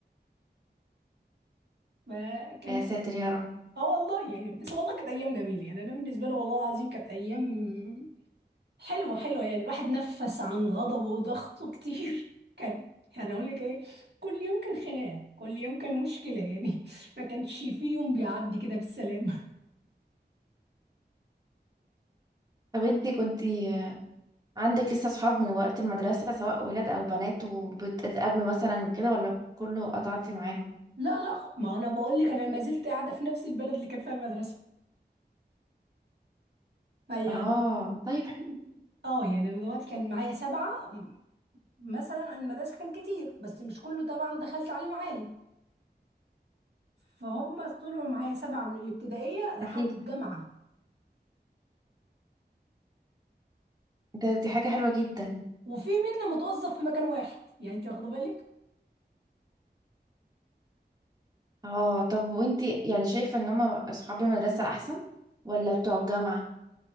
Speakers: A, on the right; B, on the right.
A: فكانت
B: يا ساتر يا رب
A: اه والله يعني بس والله كانت ايام جميله يعني انا بالنسبه له والله العظيم كانت ايام حلوه حلوه يعني الواحد نفس عن غضبه وضغطه كتير <laughs> كان يعني اقول لك ايه كل يوم كان خناقه كل يوم كان مشكله يعني <laughs> ما كانش في يوم بيعدي كده بالسلامه
B: طب انتي كنتي عندك لسه صحاب من وقت المدرسة سواء ولاد او بنات وبتتقابلوا مثلا وكده ولا كله قطعتي معاهم
A: <laughs> لا لا ما انا بقول لك انا ما زلت قاعده في نفس البلد اللي كانت فيها المدرسه فيعني
B: اه طيب حلو
A: اه يعني انا دلوقتي كان معايا سبعة م- مثلا انا المدرسة كان كتير بس مش كله طبعا دخل تعليم عالي فهم طلعوا معايا سبعة من الابتدائية لحد
B: اكيد
A: الجامعة
B: ده دي حاجة حلوة جدا
A: وفي منا متوظف في مكان واحد يعني انت واخدة بالك
B: اه طب وانتي يعني شايفة ان هما اصحاب المدرسة احسن ولا بتوع الجامعة